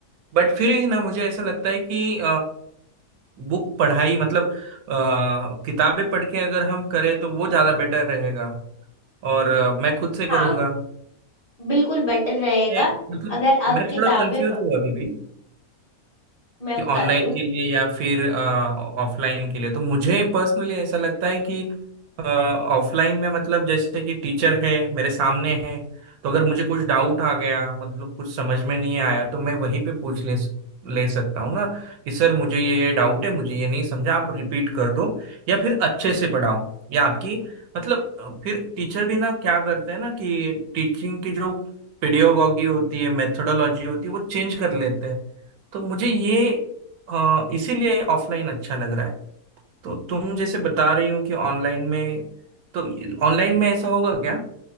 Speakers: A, on the right; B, on the left.
A: बट फिर भी ना मुझे ऐसा लगता है कि बुक पढ़ाई मतलब अ, किताबें पढ़ के अगर हम करें तो वो ज़्यादा बेटर रहेगा और अ, मैं खुद से करूँगा
B: हाँ बिल्कुल बेटर रहेगा
A: मैं- मतलब
B: अगर आप
A: मैं
B: किताबें
A: थोड़ा कंफ्यूज
B: पढ़
A: हूँ अभी भी
B: मैं
A: कि
B: बताती
A: ऑनलाइन
B: हूँ
A: के लिए या फिर ऑफलाइन के लिए तो मुझे पर्सनली ऐसा लगता है कि ऑफलाइन में मतलब जैसे कि टीचर है मेरे सामने है तो अगर मुझे कुछ डाउट आ गया मतलब कुछ समझ में नहीं आया तो मैं वहीं पे पूछ ले ले सकता हूँ ना कि सर मुझे ये ये डाउट है मुझे ये नहीं समझा आप रिपीट कर दो या फिर अच्छे से पढ़ाओ या आपकी मतलब अ, फिर टीचर भी ना क्या करते हैं ना कि टीचिंग की जो पेडियोलॉजी होती है मेथोडोलॉजी होती है वो चेंज कर लेते हैं तो मुझे ये अ, इसीलिए ऑफलाइन अच्छा लग रहा है तो तुम जैसे बता रही हो कि ऑनलाइन में तो ऑनलाइन में ऐसा होगा क्या